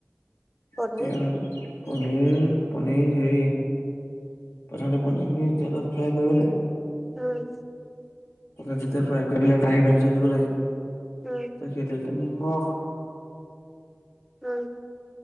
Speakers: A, in the centre; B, on the left (about 80°).
A: পনীৰ
B: <unintelligible> পনিৰ পনিৰ হেৰি প্ৰথমতে পনিৰ খিনি তেলত ফ্ৰাই কৰিব লাগে।
A: উম।
B: তাৰপাছত যেতিয়া ফ্ৰাই কৰি পেলাই কাহিত ওলাই থৈ দিব লাগে,
A: উম
B: হে তেলতে নিমখ
A: উম